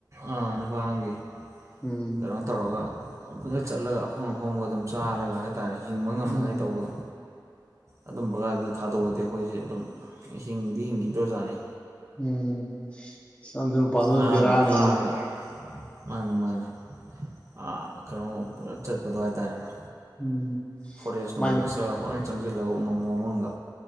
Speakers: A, on the right; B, on the left.
A: ꯑꯥ ꯅꯨꯄꯥꯥꯡꯒꯦ
B: ꯎꯝ
A: ꯀꯩꯅꯣ ꯇꯧꯔꯒ ꯑꯃꯗ ꯆꯠꯂꯒ ꯑꯐꯪ ꯑꯐꯪꯕ ꯑꯗꯨꯝ ꯆꯥꯔꯒ ꯍꯥꯏ ꯍꯤꯡꯕ ꯉꯝꯅꯉꯥꯏ
B: ꯎꯝ
A: ꯇꯧꯕꯗꯣ ꯑꯗꯨꯝꯕ ꯒꯥꯗꯨꯗ ꯊꯥꯗꯣꯛꯑꯗꯤ ꯑꯩꯈꯣꯏꯁꯦ ꯑꯗꯨꯝ ꯍꯤꯡꯗꯤ ꯍꯤꯡꯈꯤꯗꯣꯔ ꯖꯥꯠꯅꯤ
B: ꯎꯝ ꯆꯟ ꯑꯗꯨ ꯅꯨꯄꯥꯗꯨ
A: ꯉꯥꯒ
B: ꯕꯤꯔꯥꯅꯤꯍꯦ
A: ꯐꯥꯔꯒ ꯃꯥꯅꯤ ꯃꯥꯅꯦ ꯑꯃꯥ ꯀꯩꯅꯣ ꯄꯪꯆꯠ ꯆꯠꯄꯗꯣ ꯍꯥꯏꯇꯥꯔꯦꯅꯦ
B: ꯎꯝ
A: ꯐꯣꯔꯦꯁ
B: ꯃꯥꯏ
A: ꯅꯣꯂꯦꯁꯇ ꯐꯖꯅ ꯆꯪꯁꯤꯜꯂꯒ ꯎꯃꯪ ꯋꯥꯃꯪꯗ